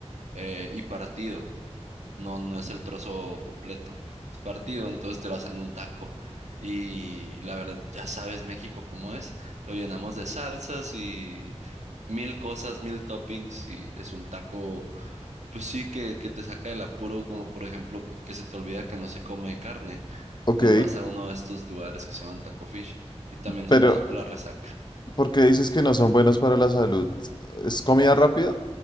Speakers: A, on the right; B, on the left.
A: eh, y partido. No, no es el trozo completo. Es partido, entonces te lo hacen un taco. Y la verdad, ya sabes México cómo es. Lo llenamos de salsas y mil cosas, mil toppings y es un taco, pues sí, que, que te saca del apuro, como por ejemplo que se te olvida que no se come carne,
B: Ok.
A: pues vas a uno de estos lugares que se llaman Taco Fish y también
B: Pero,
A: son buenos para la resaca.
B: ¿Por qué dices que no son buenos para la salud? ¿Es comida rápida?